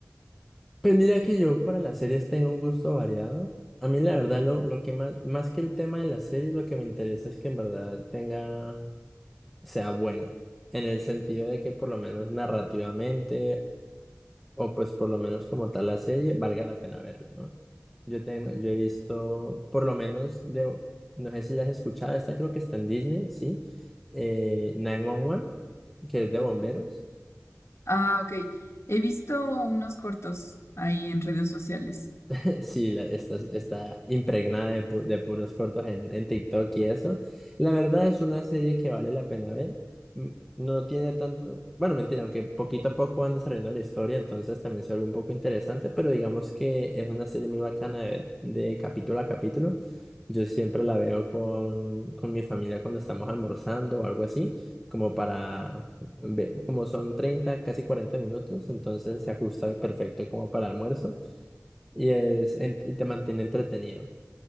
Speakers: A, in the centre; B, on the left.
A: Pues mira que yo para las series tengo un gusto variado. A mí la verdad lo, lo que más, más que el tema de la serie, lo que me interesa es que en verdad tenga, sea buena. En el sentido de que por lo menos narrativamente, o pues por lo menos como tal la serie, valga la pena verla, ¿no? Yo tengo, yo he visto, por lo menos de, no sé si la has escuchado, esta creo que está en Disney, ¿sí? Eh, 911, que es de bomberos.
B: Ah, ok. He visto unos cortos ahí en redes sociales.
A: <laughs> Sí, la- está, está impregnada de, pu- de puros cortos en, en TikTok y eso. La verdad es una serie que vale la pena ver. M- No tiene tanto, bueno, mentira, aunque poquito a poco van desarrollando la historia, entonces también se vuelve un poco interesante, pero digamos que es una serie muy bacana de ver de capítulo a capítulo. Yo siempre la veo con, con mi familia cuando estamos almorzando o algo así, como para, ve- como son 30, casi 40 minutos, entonces se ajusta perfecto como para almuerzo y, es, en- y te mantiene entretenido.